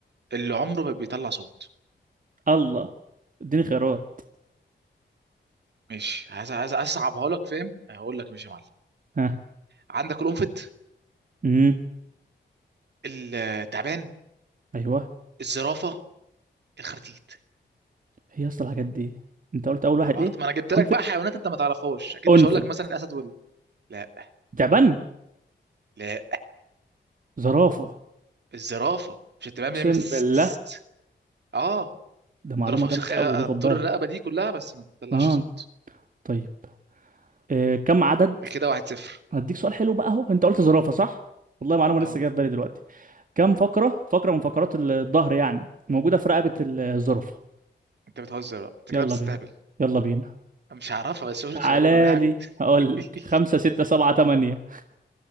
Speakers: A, on the right; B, on the right.
A: اللي عمره ما بيطلع صوت
B: الله اديني خيارات
A: ماشي عايز عايز اصعبها لك فاهم هقول لك ماشي يا معلم
B: ها
A: عندك القنفذ
B: امم
A: التعبان
B: ايوه
A: الزرافه الخرتيت
B: هي اصل الحاجات دي انت قلت اول واحد
A: مع برضه
B: ايه
A: ما انا جبت لك
B: انفد
A: بقى حيوانات انت ما تعرفهاش اكيد
B: انفد
A: مش هقول لك مثلا الاسد وال لا
B: تعبان
A: لا
B: زرافه
A: الزرافه مش التعبان
B: اقسم
A: بيعمل س-
B: بالله
A: س- س- اه
B: ده
A: الزرافه
B: معلومه
A: شخ-
B: جامده قوي دي
A: طول
B: خد بالك
A: الرقبه دي كلها بس ما بتطلعش
B: اه
A: صوت
B: طيب إيه كم عدد
A: كده واحد صفر
B: هديك سؤال حلو بقى اهو انت قلت زرافه صح والله معلومه
A: اهو
B: لسه جايه في بالي دلوقتي كام فقرة فقرة من فقرات الظهر يعني موجودة في رقبة الزرافة
A: انت بتهزر بقى انت
B: يلا
A: كده بتستهبل
B: بينا يلا بينا
A: أنا مش هعرفها بس شوف الخيارات
B: تعالى
A: انا
B: لي
A: ههبد
B: هقول لك
A: <laughs>
B: خمسة ستة سبعة تمانية